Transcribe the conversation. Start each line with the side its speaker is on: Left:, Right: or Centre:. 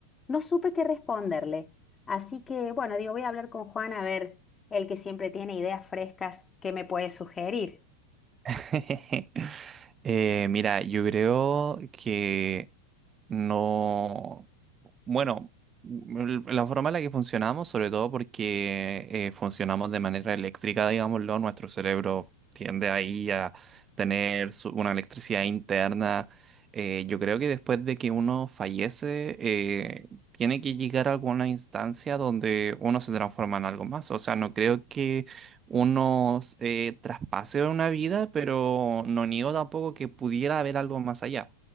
Left: no supe qué responderle. Así que, bueno, digo, voy a hablar con Juan a ver, el que siempre tiene ideas frescas, ¿qué me puede sugerir?
Right: <laughs> Eh, mira, yo creo que no... Bueno, l- la forma en la que funcionamos, sobre todo porque eh, funcionamos de manera eléctrica, digámoslo, nuestro cerebro tiende ahí a tener su- una electricidad interna. Eh, yo creo que después de que uno fallece, eh, tiene que llegar a alguna instancia donde uno se transforma en algo más. O sea, no creo que unos eh, traspases de una vida, pero no niego tampoco que pudiera haber algo más allá.